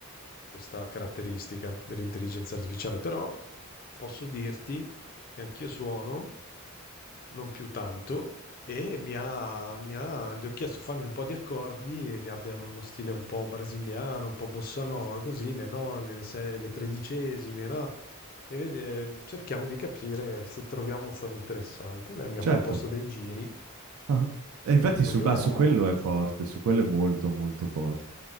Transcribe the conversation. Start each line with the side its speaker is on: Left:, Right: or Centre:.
Left: questa caratteristica dell'intelligenza artificiale, però posso dirti che anch'io suono, non più tanto, e mi ha, mi ha- gli ho chiesto fammi un po' di accordi che abbiano uno stile un po' brasiliano, un po' bossa nova, così, le none, le, se- le tredicesime, no? e vede- ehm, cerchiamo di capire se troviamo un suono interessante. Lei mi ha
Right: Certo.
Left: proposto dei giri
Right: Ah. E infatti
Left: che io poi
Right: su, bah,
Left: ho
Right: su quello è forte, su quello è molto molto forte.